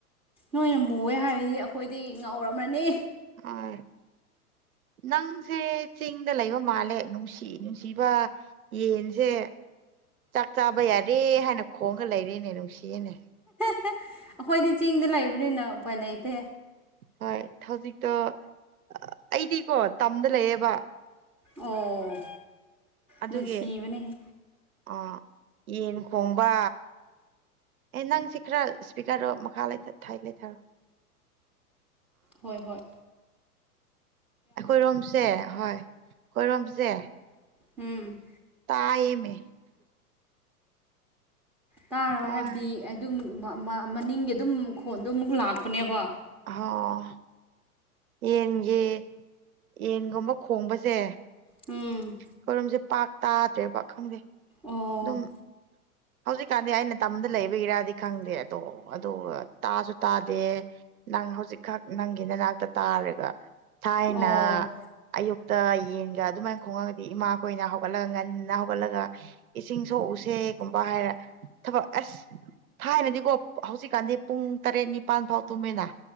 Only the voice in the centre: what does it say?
ꯅꯣꯏꯅ ꯃꯨꯑꯦ ꯍꯥꯏꯔꯗꯤ ꯑꯩꯈꯣꯏꯗꯤ ꯉꯧꯔꯝꯃꯅꯤ
ꯑꯦ ꯑꯩꯈꯣꯏꯗꯤ ꯆꯤꯡꯗ ꯂꯩꯕꯅꯤꯅ ꯎꯄꯥꯏ ꯂꯩꯇꯦ
ꯑꯣ
ꯅꯨꯡꯁꯤꯕꯅꯦꯍꯦ
ꯍꯣꯏ ꯍꯣꯢ
ꯍꯨꯝ
ꯇꯥꯔꯕ
ꯍꯥꯏꯕꯗꯤ ꯑꯗꯨꯝ ꯃꯅꯤꯡꯒꯤ ꯑꯗꯨꯝ ꯈꯣꯟꯗꯣ ꯑꯃꯨꯛ ꯂꯥꯛꯄꯅꯦꯕꯥ
ꯎꯝ
ꯑꯣ
ꯑꯣ